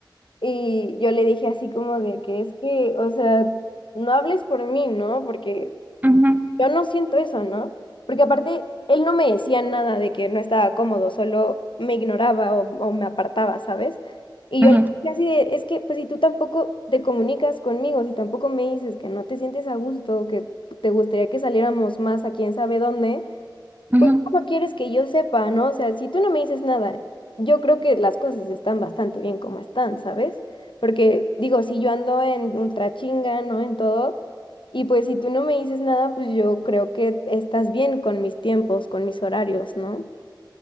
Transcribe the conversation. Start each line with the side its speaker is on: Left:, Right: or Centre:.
Left: Y yo le dije así como de que es que, o sea, no hables por mí, ¿no? Porque
Right: Ujú,
Left: Yo no siento eso, ¿no? Porque aparte, él no me decía nada de que no estaba cómodo, solo me ignoraba o, o me apartaba, ¿sabes? Y
Right: ujú,
Left: yo le decía así de, es que pues si tú tampoco te comunicas conmigo, si tampoco me dices que no te sientes a gusto, que te gustaría que saliéramos más a quién sabe dónde,
Right: ujú.
Left: pues, ¿cómo quieres que yo sepa, no? O sea, si tú no me dices nada, yo creo que las cosas están bastante bien como están, ¿sabes? Porque, digo, si yo ando en ultra chinga, ¿no? En todo, y pues si tú no me dices nada, pues yo creo que estás bien con mis tiempos, con mis horarios, ¿no?